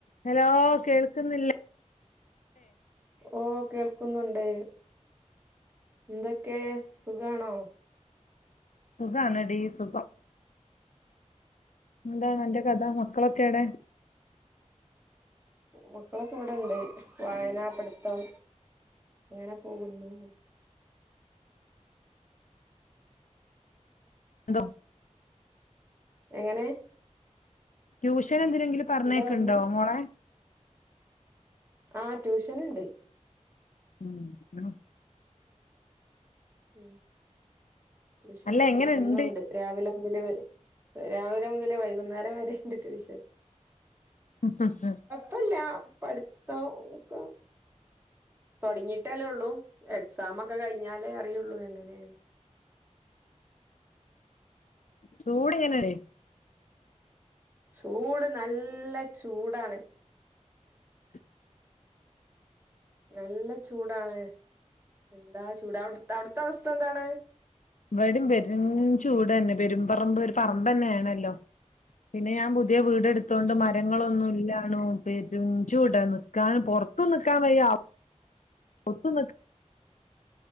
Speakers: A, on the left (about 80°); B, on the right (about 15°).
A: Hello കേൾക്കുന്നില്ല
B: ഓഗ് കേൾക്കുന്നുണ്ട് ന്തൊക്കെ സുഖണോ?
A: സുഖണെടി സുഖം എന്താണ് അന്റെ കഥ മക്കളൊക്കെ എടെ?
B: മക്കളൊക്കെ ഇവിടെണ്ട് വായനാ പടുത്തം അങ്ങനെ പോകുന്നു
A: <unintelligible>
B: എങ്ങനെ?
A: ട്യൂഷൻ എന്തിനെങ്കിലും പറഞ്ഞയ്ക്ക്ണ്ടോ
B: എന്താ പറഞ്ഞേ
A: മോളെ
B: ആഹ് ട്യൂഷന്ണ്ട്
A: മ് മ്
B: ഉം ട്യൂഷന്ണ്ട്
A: അല്ല എങ്ങനെണ്ട്
B: എന്നുണ്ട് രാവിലെ മുതല് രാവിലെ മുതല് വൈകുന്നേരം വരെെയണ്ട് ട്യൂഷൻ
A: ഉ ഉം ഉ
B: പ്പല്ല പഠിത്തം ഒക്കെ തുടങ്ങിയിട്ടല്ലേ ഉള്ളൂ എക്സാം ഒക്കെ കഴിഞ്ഞാലേ അറിയുള്ളൂ എങ്ങനെയാണ്
A: ചൂടെ എങ്ങനെ
B: ചൂട് നല്ല ചൂടാണ്
A: <inaudible>
B: നല്ല ചൂടാണ് എന്താ ചൂട് അവി അവിടുത്തെ അവസ്ഥ എന്താണ്
A: ഇവിടെയും പെരും ചൂട് തന്നെ പെരുംപറമ്പ് ഒരു പറമ്പ് തന്നെ ആണല്ലോ പിന്നെ ഞാൻ പുതിയ വീട് എടുത്തൊണ്ട് മരങ്ങളൊന്നും ഇല്ലാണോ പെരും ചൂടാ നിക്കാൻ പൊറത്തു നിക്കാൻ വയ്യ അഗത്തും നിക്കാൻ